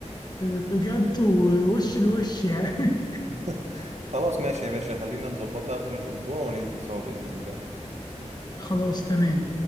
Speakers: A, on the left; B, on the right.
A: بجد ووش لوش يعني
B: <laughs> خلاص ماشي يا باشا خلينا نظبطها آخر الأسبوع وننزل سوا بإذن الله
A: <laughs> خلاص تمام